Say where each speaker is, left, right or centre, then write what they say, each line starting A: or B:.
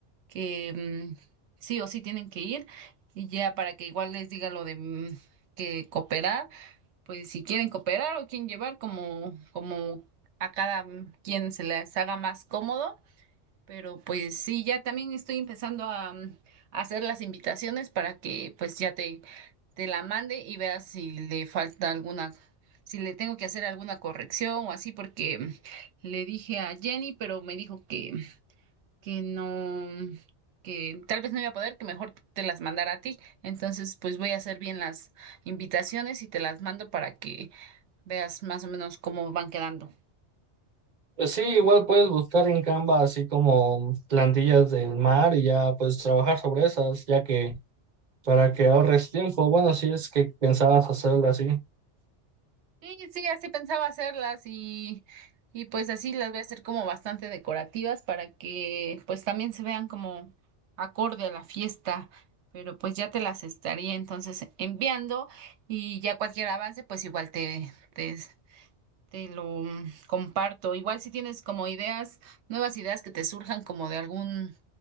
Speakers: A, on the right; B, on the right.
A: que mm, sí o sí tienen que ir, y ya para que igual les diga lo de mm, que cooperar, pues si quieren cooperar o quieren llevar, como, como a cada mm, quien se les haga más cómodo, pero pues sí, ya también estoy empezando a, mm, a hacer las invitaciones para que pues ya te, te la mande y veas si le falta alguna, si le tengo que hacer alguna corrección o así, porque mm, le dije a Jenny, pero me dijo que, que no, que tal vez no iba a poder, que mejor te las mandara a ti. Entonces pues voy a hacer bien las invitaciones y te las mando para que veas más o menos cómo van quedando.
B: Pues sí, igual puedes buscar en Canva así como plantillas del mar y ya pues trabajar sobre esas, ya que para que ahorres tiempo, bueno, si es que pensabas hacerlo así.
A: Sí, sí, así pensaba hacerlas y, y pues así las voy a hacer como bastante decorativas para que pues también se vean como acorde a la fiesta, pero pues ya te las estaría entonces enviando y ya cualquier avance pues igual te, te, te lo mm, comparto. Igual si tienes como ideas, nuevas ideas que te surjan como de algún